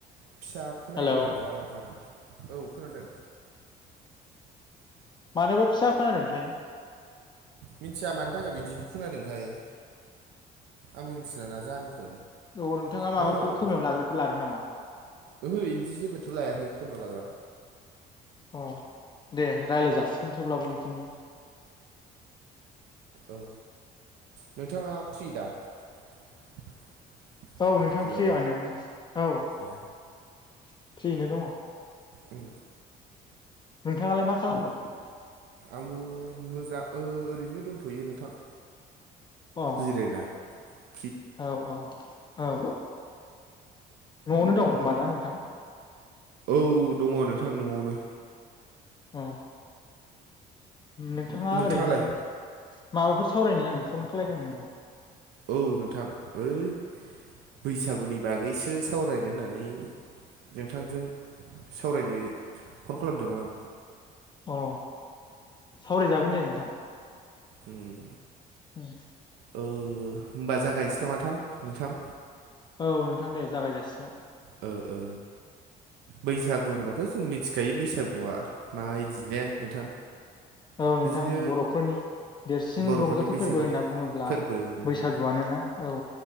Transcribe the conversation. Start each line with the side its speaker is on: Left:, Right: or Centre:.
Right: फिसा खोनायोलै
Left: हेलौ
Right: मानोबा नोंथां औ खोनादों
Left: मानोबा फिसा खोनादोंथाय
Right: मिनथिया मानि थाखाय बिदि खोनादोंथाय आंबो मिथिला ना जाहोनखौ
Left: औ नोंथाङा माबाफोर
Right: दा खोनाबाय
Left: खोमायाव लाग्राफोर लादों नामा
Right: ओहो इदि जेबोथ' लायाखै खोमायाव लाग्रा
Left: अ दे रायलाय जासिगोन थेवब्लाबो बिदिनो
Right: औ नोंथाङा फ्रि दा <inaudible>
Left: औ नोंथाङा
Right: हेलौ
Left: फ्रियानोमोन औ
Right: ए
Left: फ्रियैनो दङ'
Right: उम
Left: नोंथाङालाय मा खालामदों
Right: आंबो मोजां ओ ओरैनो दंथ'यो नोंथां
Left: अ
Right: जिरायना <unintelligible>
Left: औ औ औ औ न'आवनो दं होमबा ना नोंथां
Right: औ दङ नोंथां न'आवनो
Left: अ नोंथाङा
Right: नोंथाङालाय
Left: ओरैनो माबाफोर सावरायनो होननानै फन खालायदोंमोन नामा
Right: औ नोंथां ओइ बैसागुनि बागैसो सावरायनो होननानै नोंथांजों सावरायनो फन खालामदोंमोन आं
Left: अ सावरायजागोन दे नोंथां
Right: उम
Left: उ <unintelligible>
Right: औ होमबा जागायनोसै नामा थां नोंथां
Left: औ नोंथां दे जागाय जासिगोन
Right: ओ ओ बैसागो होनबा थ' जों मिथिखायो बैसागुआ माबायदि ने नोंथां
Left: औ नोंथां
Right: बिदिनो
Left: बर'फोरनि देरसिन
Right: बर'फोरनि
Left: रंजाथाइ
Right: बैसागु
Left: फोरबो होनना बुङोब्ला
Right: फोरबो उम
Left: बैसागुआनो ना औ